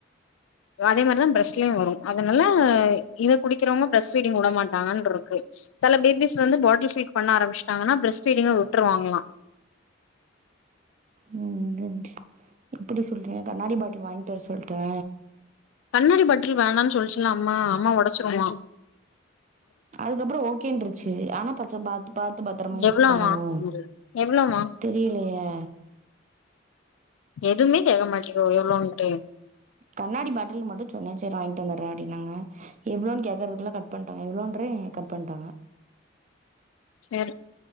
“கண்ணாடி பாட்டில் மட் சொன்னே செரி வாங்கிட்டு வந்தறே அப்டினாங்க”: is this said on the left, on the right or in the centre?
Right